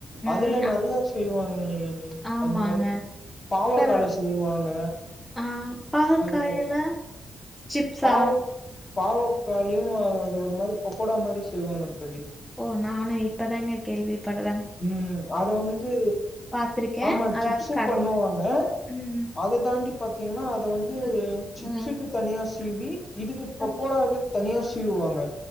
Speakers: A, in the centre; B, on the left.
A: ம்
B: அதுல நெறைய செய்வாங் ஹ்ஹ் ழி
A: ஆமாங்க.
B: அந் மாரி பாவக்காள
A: அப்புறம்
B: செய்வாங்க
A: ஆ பாகக்காயில
B: அதுக்கு
A: சிப்ஸா?
B: பாவ பாவ க்காளயு அது ஒரு மாரி பொகோடா மாரி செய்வாங்க தோழி
A: ஓ நானு இ ப்பதாங்க கேள்வி படுற
B: உம் அத வந்து
A: பார்த்துருக்கேன்
B: ஆமா
A: அதாவது
B: சிப்ஸும்
A: கடையில
B: பண்ணுவாங்க
A: ம்
B: அதுதா இங்க பாத்தீங்னா ங்க வந்து
A: ம்
B: சிப்சுக்கு
A: ம்
B: தனியாஸ் சீவி இதுக்கு பொக்கோடாக்கு
A: ம்.
B: தனியா சீவுவாங்க